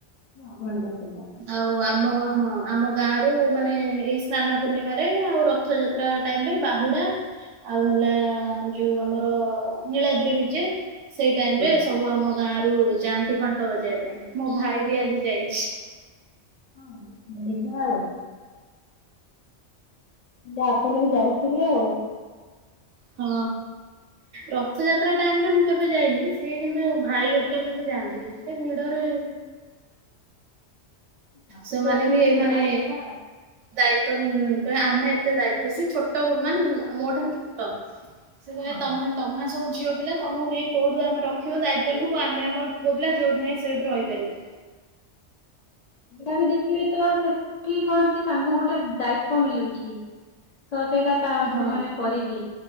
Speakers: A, on the left; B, on the right.
A: ହଁ ଘଣ୍ଟା ସେ।
B: ଆଉ ଆମର। ହଁ ଆମ ଗାଁରୁ ମାନେ ଏଇ ସ୍ନାନ ପୂର୍ଣ୍ଣିମାରେ ଆଉ ରଥଯାତ୍ରା ଟାଇମରେ ବାହୁଡା ଆଉ ହେଲା ଯୋଉ ଆମର ନୀଳାଦ୍ରିବିଜେ ସେଇ ଟାଇମ
A: ହଁ
B: ରେ ସବୁ ଆମ ଗାଁରୁ ଯାଆନ୍ତି ଘଣ୍ଟ ବଜେଇବା ପାଇଁ ମୋ ଭାଇ ବି ଆଜି ଯାଇଛି।
A: ହଁ। ବଢିଆ ଆଉ। ଆପଣ ବି ଯାଉଥିବେ ଆଉ।
B: ହଁ। ରଥଯାତ୍ରା ଟାଇମରେ ମୁଁ କେବେ ଯାଇନି ସେି କିନ୍ତୁ ଭାଇ ଘରିକା କିନ୍ତୁ ଯାଆନ୍ତି ଏତେ ଭିଡରେ
A: ପାଖରେ
B: ସେମାନେ
A: ଅଛନ୍ତି
B: ବି ଏଇମାନେ
A: ଯିବା କଥା ଆଉ।
B: ଦାୟିତ୍ଵ ତ ଆମେ ଏତେ ଦାୟିତ୍ୱ ସେ ଛୋଟମାନେ ମୋ ଠାରୁ ଛୋଟ। ସେ କହେ
A: ହଁ।
B: ତମେ ତମେ ସବୁ ଝିଅପିଲା ତମକୁ ନେଇ କୋଉଠୁ ଆମେ ରଖିବୁ ଦାୟିତ୍ଵ ନୁ ଆମ ଆମ ପୁଅ ପିଲା ଯଉଠିହିଁ ସେଇଠି ରହିପିବୁ।
A: ତଥାପି ଦେଖିବେ ତ ସେଠି କଣ କି ତାଙ୍କୁ ଗୋଟେ ଦାୟିତ୍ଵ ମିଳୁଛି। ତ ସେଇଟା ତା
B: ହଁ
A: ସେମାନେ କରିବି